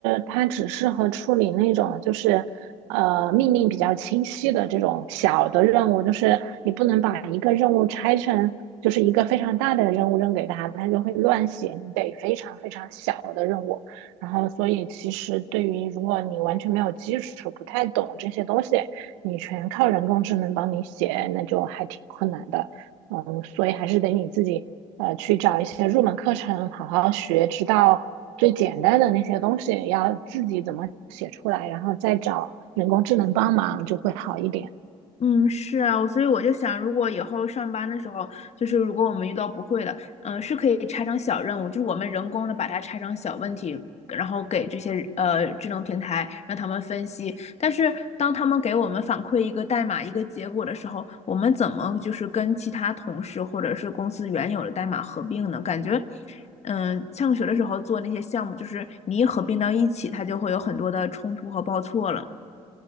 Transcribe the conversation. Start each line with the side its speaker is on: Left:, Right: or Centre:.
Right: 它只适合处理那种就是呃命令比较清晰的这种小的任务，就是你不能把一个任务拆成就是一个非常大的任务扔给他，他就会乱写，你得非常非常小的任务。然后，所以其实对于如果你完全没有基础，不太懂这些东西，你全靠人工智能帮你写，那就还挺困难的。嗯，所以还是得你自己呃去找一些入门课程好好学，直到最简单的那些东西要自己怎么写出来，然后再找人工智能帮忙就会好一点。
Left: 嗯，是啊，我所以我就想，如果以后上班的时候，就是如果我们遇到不会的，嗯，是可以拆成小任务，就是我们人工的把它拆成小问题，然后给这些呃智能平台让他们分析。但是当他们给我们反馈一个代码一个结果的时候，我们怎么就是跟其他同事或者是公司原有的代码合并呢？感觉，嗯，上学的时候做那些项目，就是你一合并到一起，它就会有很多的冲突和报错了。